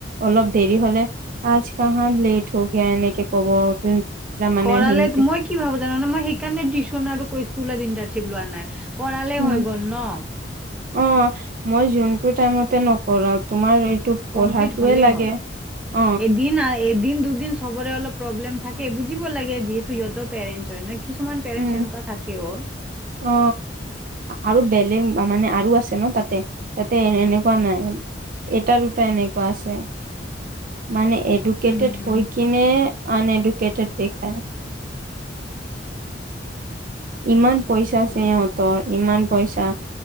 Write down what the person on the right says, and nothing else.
অলপ দেৰি হলে আজ কাহা লেট হ গয়া এনেকে ক'ব। মানে
হিন্দী
উম
অ মই যোনটো টাইমতে নকৰা তোমাৰ এইটো পঢ়াটোৱে
লাগে
অ
উম
অ আৰু বেলেগ মানে আৰু আছে ন তাতে। তাতে এনেকুৱা নাই এটা দুটা এনেকুৱা আছে মানে। এডুকেটেড
হৈ কিনে আন এডুকেটেড দেখায়। ইমান পইচা
আছে সিহঁতৰ ইমান পইচা